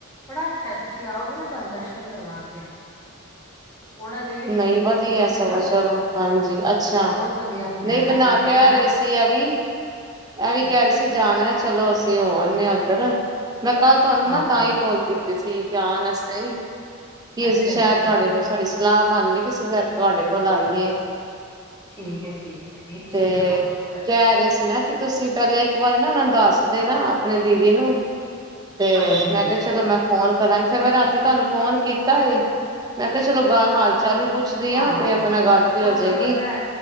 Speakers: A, on the left; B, on the right.
A: ਬੜਾ ਅੱਛਾ ਐ। ਤੁਸੀ ਆਓਗੇ ਨਾ ਤੁਆਨੂੰ ਦਰਸ਼ਨ ਕਰਵਾ ਕੇ ਆ ਥੋੜਾ ਜਾਈਏ
B: ਨਈ
A: ਦੂਰ ਇੰਨੀ
B: ਵਧੀਐ
A: ਦੂਰ ਨੀ
B: ਸਗੋਂ
A: ਹੈਗਾ
B: ਚਲੋ ਹਾਂਜੀ ਅੱਛਾ,
A: ਬਹੁਤ ਵਧੀਆ ਬਣਿਆ
B: ਨਈ
A: ਦਾ
B: ਬਨਾ,
A: ਉੱਥੇ
B: ਕੈ
A: ਐ
B: ਰਏ ਸੀ ਐ ਵੀ। ਐ ਵੀ
A: ਹੂੰ,
B: ਕੈ ਰੇ ਸੀ ਜਾਨੈ, ਚਲੋ ਅਸੀ ਹੋ ਆਨੇ ਆਂ ਓਧਰ। ਮੈਂ ਕਾੱਲ ਤੁਆਨੂੰ
A: ਹਾਂ,
B: ਨਾ ਤਾਂ ਈ ਕੌਲ ਕੀਤੀ ਸੀ ਜਾਨ ਆਸਤੇ ਹੀ ਕਿ
A: ਅੱਛਾ-ਅੱਛਾ
B: ਅਸੀ ਸ਼ਾਇਦ ਤੁਆਡੇ ਕੌਲ ਸਾਡੀ ਸਲਾ ਬਨ ਜੇ ਕਿਸੀ ਸ ਤੁਆਡੇ ਕੋਲ ਆਈਏ।
A: ਠੀਕ ਹੈ, ਠੀਕ ਹੈ ਨਹੀਂ ਤੁਸੀਂ
B: ਤੇ
A: ਲਗਾਓ ਚੱਕਰ
B: ਕੈ ਰੇ ਸੀ ਨਾ ਕਿ ਤੁਸੀ ਪੈਲੇ ਇੱਕ ਵਾਰੀ ਨਾ ਓਨਾਂ ਨੂੰ ਦੱਸ ਦੇਨਾ ਆਪਣੀ ਦੀਦੀ ਨੂੰ ਤੇ
A: ਹਾਂਜੀ-ਹਾਂਜੀ
B: ਮੈਂ ਕਿਆ ਚਲੋ ਮੈਂ ਫੋਨ ਕਰਾਂਗੀ ਫੇਰ ਮੈਂ ਰਾਤੀ ਤੁਆਨੂੰ ਫੋਨ ਕੀਤਾ ਏ। ਮੈਂ ਕਿਆ ਚਲੋ ਗੱਲ ਹਾਲ ਚਾਲ ਈ ਪੁੱਛ ਦੀ
A: ਹਾਂ,
B: ਆਂ ਤੇ ਆਪਣਾ ਗੱਲ ਵੀ ਹੋ
A: ਬਸ ਤੁਹਾਨੂੰ
B: ਜੇਗੀ।
A: ਪਤਾ ਹੈ